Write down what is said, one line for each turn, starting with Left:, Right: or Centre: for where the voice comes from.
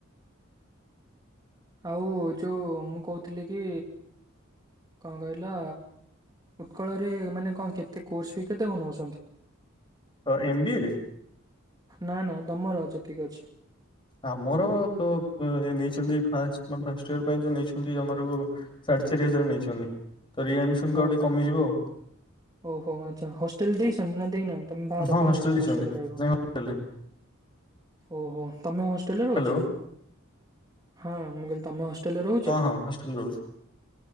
Right: ଆଉ ଯୋଉ ମୁଁ କହୁଥିଲି କି କଣ କହିଲା ଉତ୍କଳରେ ମାନେ କଣ କେତେ କୋର୍ସ ଫି କେତେ ବ ନଉଛନ୍ତି
Left: ଅ ଏମ ବିି ଏ ରେ
Right: ନାଇ ନାଇଁ ଦମର ଅଛି ଠିକ ଅଛି
Left: ଆମର ତ ନେଇଛନ୍ତି ଫାନେ ଫାଷ୍ଟ ଇୟର ପାଇଁ ତ ନେଇ ଜମାରୁ ସାଢେ ଚାରି ହଜାର ନେଇଛନ୍ତି ତ ରି ଆଡମିସନ
Right: ହଁ
Left: କ ଆଉ ଟିକେ କମିଯିବ ଆଉ
Right: ଓହୋ ଆଚ୍ଛା ହଷ୍ଟେଲ ଦେଇଛନ ନା ଦେଇନ ତମେ
Left: ଆଉ
Right: ବାହାର
Left: ହଁ
Right: ପିଲ
Left: ହଷ୍ଟେଲ ଦେଇଛନ୍ତି
Right: ହଷ୍ଟେଲରେ ରହିବ
Left: ନାଇଁ ହଷ୍ଟେଲ
Right: ଓହୋ ତମେ ହଷ୍ଟେଲରେ ରହୁଛ,
Left: ହ୍ୟାଲୋ
Right: ହଁ ମୁଁ କହିଲି ତମେ ହେ ଟେଲ ରେ ରହୁଛ?
Left: ହଁ ହଁ ହଷ୍ଟେଲ ରହୁଛି